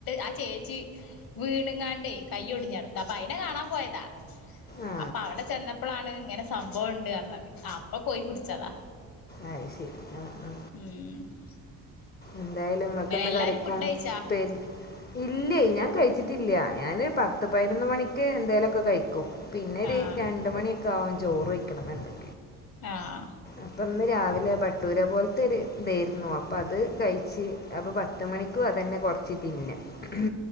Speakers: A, on the left (about 55°); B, on the left (about 25°).
A: ആട്ട്- ചേച്ചി വീണുങ്ങാണ്ടെയ് കയ്യൊ ട്ഞ്ഞെടക്ക അപ്പൊ അയിനെ കാണാൻ പോയതാ.
B: ആ
A: അപ്പൊ അവടെ ചെന്നപ്പളാണ്ങ്ങനെ സംഭവണ്ട്ർഞ്ഞത് അപ്പൊ പോയി കുട്ച്ചതാ.
B: അ് ശരി അ അ.
A: ം
B: എന്തായാലും ങ്ങക്ക്ന്ന്
A: എല്ലാരും
B: കറിക്കും
A: ഫുഡ് കഴിച്ചാ
B: പ്പേരി ഇല്ലെയ് ഞാ കഴിച്ചിട്ടില്ല ഞാന് പത്ത് പതിനൊന്ന് മണിക്ക് എന്തേലൊക്കെ കഴിക്കും. പിന്നെരു
A: ആഹ്
B: രണ്ട് മണിയൊക്കെ ആകും ചോറ് വയ്ക്കണന്ന്ണ്ട്.
A: ആഹ്.
B: അപ്പൊന്ന് രാവിലെ ബട്ടൂര പോലത്തെര്തേര്ന്നു അപ്പൊ അത് കഴിച്ച്. അപ്പൊ പത്ത് മണിക്കും അതന്നെ കൊർച്ച് തിന്ന്. ്